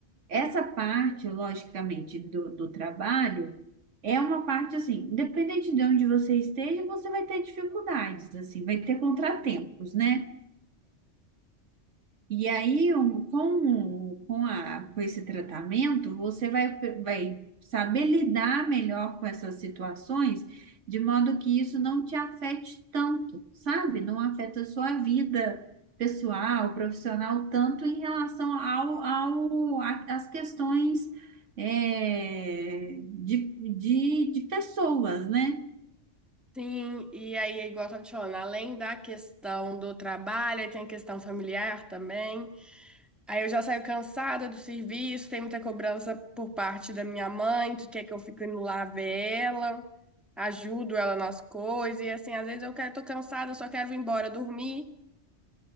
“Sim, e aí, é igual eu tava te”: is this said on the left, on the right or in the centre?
Centre